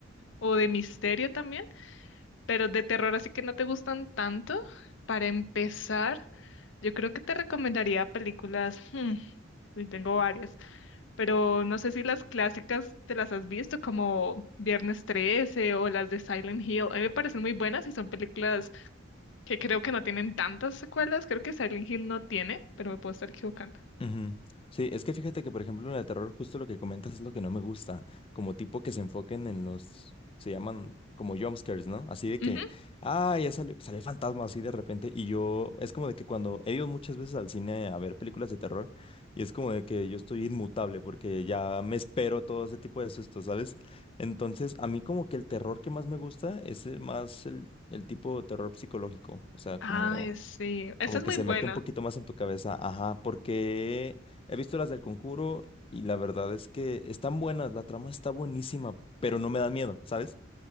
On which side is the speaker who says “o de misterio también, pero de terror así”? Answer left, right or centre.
Left